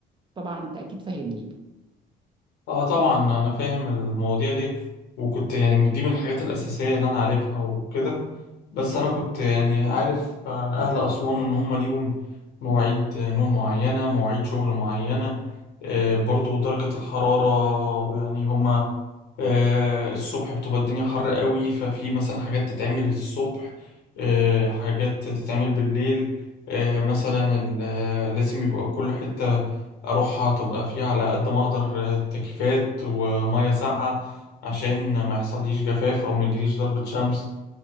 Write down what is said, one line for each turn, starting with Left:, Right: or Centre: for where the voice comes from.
Right: طبعا انت اكيد فاهمني
Left: اه طبعا انا فاهم المواضيع دي وكنت يعني من- دي من الحاجات الاساسيه اللي انا عارفها وكده بس انا كنت يعني عارف عن اهل اسوان ان هم ليهم مواعيد نوم معينه مواعيد شغل معينه آه، برضو درجه الحراره يعني هم آه، الصبح بتبقى الدنيا حر قوي ففي مثلا حاجات تتعمل الصبح آه، حاجات تتعمل بالليل آه، مثلا ال- آه، لازم يبقى كل حته اروحها تبقى فيها على قد ما اقدر تكييفات وميه ساقعه عشان ما يحصليش جفاف او ما يجيليش ضربة شمس